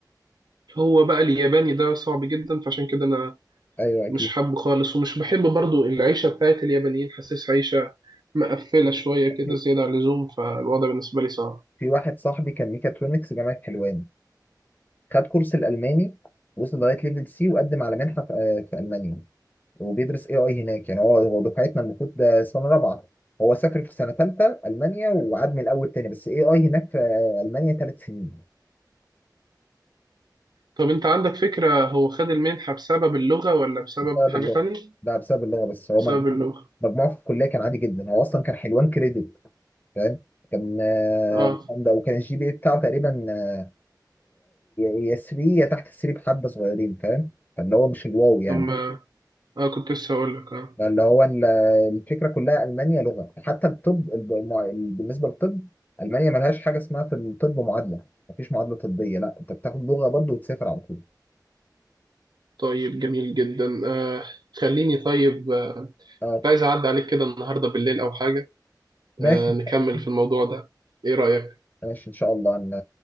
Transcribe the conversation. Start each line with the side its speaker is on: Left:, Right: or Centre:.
Right: هو بقى الياباني ده صعب جدا فعشان كده انا
Left: ايوه اكيد
Right: مش حابه خالص ومش بحب برضو العيشه بتاعت اليابانيين حاسس عيشه مقفله شويه كده
Left: في
Right: زياده عن اللزوم فالوضع بالنسبه لي صعب
Left: في واحد صاحبي كان ميكاترونكس جامعة حلوان خد كورس الالماني وصل لغاية ليفل سي وقدم على منحة في آه، في المانيا وبيدرس اي اي هناك يعني هو هو دفعتنا المفروض ده سنه رابعه هو سافر في سنه ثالثه المانيا وعاد من الاول تاني بس اي اي هناك في المانيا ثلاث سنين
Right: طب انت عندك فكرة هو خد المنحة بسبب اللغة ولا بسبب
Left: بسبب
Right: حاجة
Left: اللغه
Right: تانية؟
Left: ده بسبب اللغه بس هو
Right: بسبب
Left: مجموع
Right: اللغة
Left: مجموعه في الكليه كان عادي جدا هو اصلا كان حلوان كريدت فاهم كان آه،
Right: اه
Left: ده وكان الجي بي اي بتاعه تقريبا آه، يا 3 يا تحت 3 بحبه صغيرين فاهم فاللي هو مش الواو يعني
Right: طب مم. ما اه كنت لسه هقول لك اه
Left: يعني اللي هو ال- الفكره كلها المانيا لغه حتى الطب الب- المع- ال- بالنسبه للطب المانيا ملهاش حاجه اسمها في الطب معادله مفيش معادله طبيه لا انت بتاخد لغه برضه وتسافر على طول
Right: طيب جميل جدا آه خليني طيب آه، كنت
Left: اه
Right: عايز اعدي عليك كده النهاردة بالليل او حاجة
Left: ماشي
Right: آه
Left: ان
Right: نكمل
Left: شاء الله
Right: في الموضوع ده ايه رأيك
Left: ماشي ان شاء الله انا